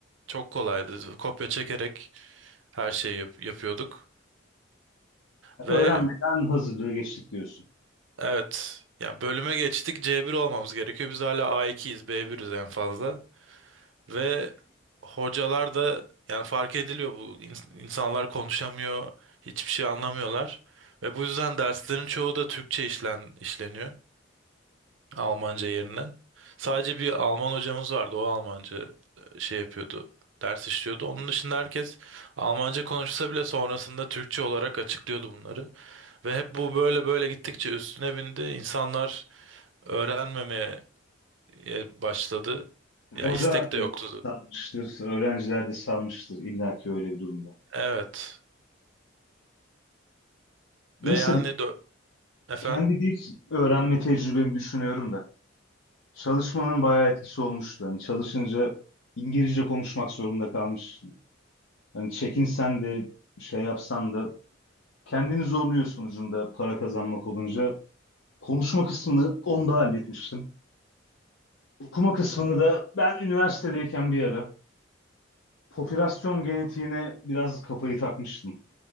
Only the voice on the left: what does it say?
Öğrenmeden hazırlığı geçtik diyorsun.
Hı.
Hoca
da
salmıştır, öğrenciler de salmıştır illa ki öyle bir durumda.
Nasıl
diyeyim?
Kendi dil öğrenme tecrübemi düşünüyorum da. Çalışmanın bayağı etkisi olmuştu. Hani çalışınca İngilizce konuşmak zorunda kalmıştım. Hani çekinsen de şey yapsan da kendini zorluyorsun ucunda para kazanmak olunca. Konuşma kısmını onda halletmiştim. Okuma kısmını da ben üniversitedeyken bir ara popülasyon genetiğine biraz kafayı takmıştım.